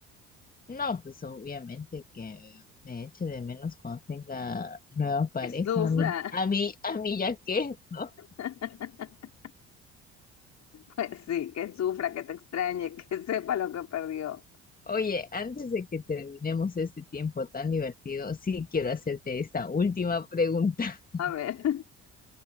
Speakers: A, on the left; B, on the left.
A: No, pues obviamente que me eche de menos cuando tenga nueva pareja.
B: Que sufra.
A: A mí, a mí, a mí ya qué, ¿no?
B: <laughs> Pues sí, que sufra, que te extrañe, <laughs> que sepa lo que perdió.
A: Oye, antes de que terminemos este tiempo tan divertido, sí quiero hacerte esta última pregunta. <laughs>
B: A ver.